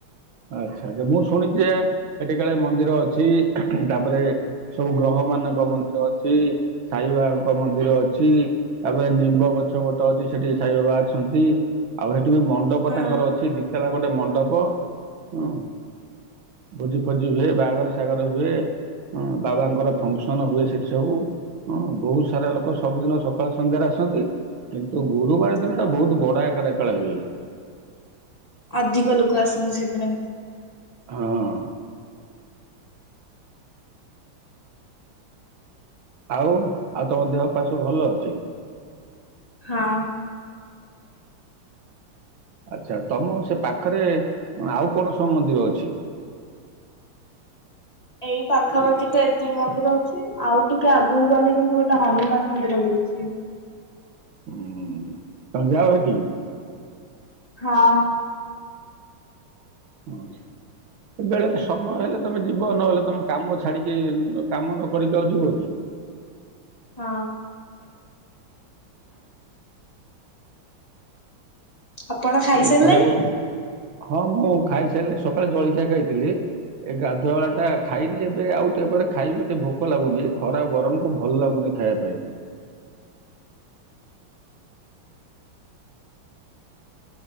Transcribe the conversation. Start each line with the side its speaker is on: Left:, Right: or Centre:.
Right: ଆଚ୍ଛା ମୁଁ ଶୁଣିଛି ୟେ ସେଠି କାଳେ ମନ୍ଦିର ଅଛି, ହୁଁ ହୁଁ ତାପରେ ସବୁ ଗ୍ରହ ମାନଙ୍କ ମନ୍ଦିର ଅଛି, ସାଇବାବାଙ୍କ ମନ୍ଦିର ଅଛି, ତାପରେ ନିମ୍ବ ଗଛ ଗୋଟେ ଅଛି ସେଠି ସାଇବାବା ଅଛନ୍ତି ଆଉ ହେ ସେଠି ମଣ୍ଡପ
Left: ହଁ
Right: ତାଙ୍କର ଅଛି, ଦିତଲା ଗୋଟେ ମଣ୍ଡପ ହବ। ହୁଁ ଭୋଜି ଫୋଜି ହୁଏ, ବାହାଘର ସାହାଘର ହୁଏ, ହଁ ବାବାଙ୍କର ଫଙ୍କସନ ହୁଏ, ସେଠି ସବୁ ହଁ ବହୁତ ସାରା ଲୋକ ସବୁଦିନ ସକାଳେ ସନ୍ଧ୍ୟାରେ ଆସନ୍ତି କିନ୍ତୁ ଗୁରୁବାର ଦିନଟା
Left: ହଁ।
Right: ବହୁତ ବଡ ଆକା <unintelligible> ହୁଏ।
Left: ଅଧିକ ଲୋକ ଆସନ୍ତି ସେଦିନ କିନ୍ତୁ।
Right: ହଁଅଅ। ଆଉ ଆଉ ତମ ଦେହ ପା ସବୁ ଭଲ ଅଛି।
Left: ହଁ।
Right: ଆଛା ତମ ସେ ପାଖରେ ଆଉ କଣ ସବୁ ମନ୍ଦିର ଅଛି।
Left: ଏଇ ପାଖାପାଖି ତ ଏତିକି ମନ୍ଦିର ଅଛି ଆଉ ଟିକେ ଆଗକୁ ଗଲେ କିନ୍ତୁ ଗୋଟେ ହନୁମାନ ମନ୍ଦିର ବି ଅଛି।
Right: ହୁଁ। ତମେ ଯାଅ ହେଠିକି।
Left: ହଁ।
Right: <unintelligible> ବେଳେ ତ ସମୟ ହେଲେ ତମେ ଯିବ ନହେଲେ ତମେ କାମ ଛାଡିକି ଉଁ କାମ ନ କରିକି ଆଉ ଯିବ କି।
Left: ହଁ। ଆପଣ ଖାଇ
Right: ଆଉ ଏ
Left: ସାରିଲେଣି।
Right: ଖରାଦିନ ହଁ ମୁଁ ଖାଇସାରିଲି ସକାଳେ ଜଳଖିଆ ଖାଇଥିଲି ଏ ଗାଧୁଆଳା ଟା ଖାଇନି ଏବେ ଆଉ ଟିକେ ପରେ ଖାଇବି। ଏତେ ଭୋକ ଲାଗୁନି ଏ ଖରା ଗରମକୁ ଭଲ ଲାଗୁନି ଖାଇବା ପାଇଁ।